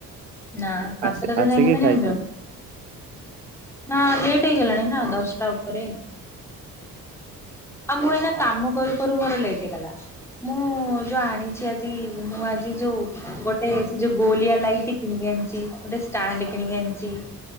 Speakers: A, in the centre; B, on the right.
A: ନା ସାତଟ
B: ଆସି
A: ରେ
B: ଆସିକି
A: ଖାଇନି ମାନେ
B: ଖାଇଥାନ୍ତି
A: <inaudible> ନା ଲେଟ୍ ହେଇଗଲାଣି ନା ଦଶଟା ଉପରେ ଆଉ ମୁଁ ଏଇନା କାମ କରୁ କରୁ ମୋର ଲେଟ ହେଇଗଲା। ମୁଁ ଯୋଉ ଆଣିଛି ଆଜି ମୁଁ ଆଜି ଯୋଉ ଗୋଟେ ସେ ଯୋଉ ଗୋଲିଆ ଲାଇଟ କିଣିିକି ଆଣିଞ୍ଚି ଗୋଟେ ଷ୍ଟାଣ୍ଡ କିଣିିକି ଆଣିଞ୍ଚି।